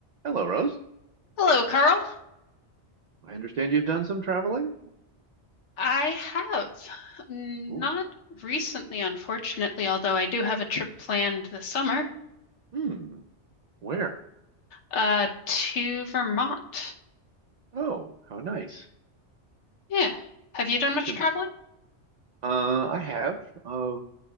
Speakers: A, on the right; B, on the left.
A: Hello, Rose.
B: Hello, Carl.
A: I understand you've done some traveling.
B: I have not
A: Ooh.
B: recently, unfortunately, although I do have a trip planned this summer,
A: Hmm. Where?
B: uh, to Vermont.
A: Oh, how nice.
B: Yeah. Have you done
A: That
B: much
A: Should
B: traveling?
A: uh, I have uh